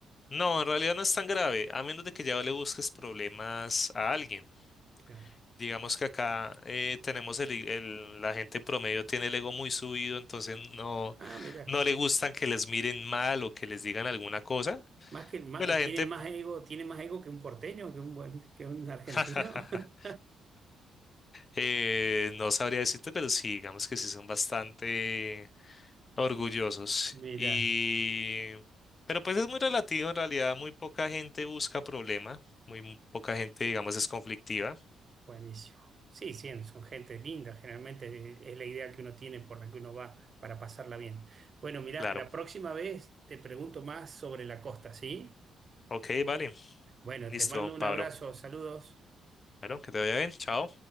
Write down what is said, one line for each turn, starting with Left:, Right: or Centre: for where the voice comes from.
Left: No, en realidad no es tan grave, a menos de que ya le busques problemas a alguien.
Right: Claro.
Left: Digamos que acá eh, tenemos el, i- el- la gente promedio tiene el ego muy subido, entonces no,
Right: Ah, mira.
Left: no le gustan que les miren mal o que les digan alguna cosa.
Right: Más que, más-
Left: Pues la gente
Right: tienen más ego, tiene más ego que un porteño, que un buen, que un argentino.
Left: <laughs>
Right: <laughs>
Left: eh, no sabría decirte, pero sí, digamos que sí son bastante. orgullosos.
Right: Mira,
Left: Y... Pero pues es muy relativo, en realidad muy poca gente busca problema, muy m- poca gente, digamos, es conflictiva,
Right: buenísimo. Sí, sí, son gente linda, generalmente es es la idea que uno tiene por la que uno va para pasarla bien. Bueno, mira,
Left: claro.
Right: la próxima vez te pregunto más sobre la costa, ¿sí?
Left: Ok, vale,
Right: Bueno,
Left: listo,
Right: te mando un
Left: Pablo.
Right: abrazo, saludos.
Left: Bueno, que te vaya bien, chao.